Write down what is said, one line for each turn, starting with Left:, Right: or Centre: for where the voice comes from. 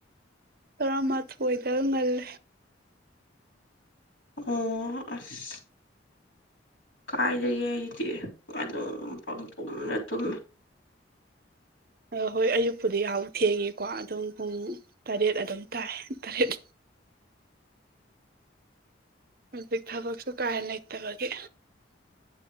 Right: ꯇꯔꯥꯃꯥꯊꯣꯏꯗ ꯉꯜꯂꯦ꯫
Left: ꯑꯣ ꯑꯁ꯫ ꯀꯥꯏꯗꯒꯤ ꯑꯩꯗꯤ ꯑꯗꯨꯝ ꯄꯪꯇꯨꯝꯅ ꯇꯨꯝꯃꯦ꯫
Right: ꯑ ꯍꯣꯏ ꯑꯌꯨꯛꯄꯨꯗꯤ ꯌꯥꯍꯧ ꯊꯦꯡꯉꯤꯀꯣ ꯑꯗꯨꯝ ꯄꯨꯡ ꯇꯔꯦꯠ ꯑꯗꯨꯝ ꯇꯥꯏ ꯇꯔꯦꯠ ꯑꯗꯩ ꯊꯕꯛꯁꯨ ꯀꯥ ꯍꯦꯟ ꯂꯩꯇꯕꯒꯤ꯫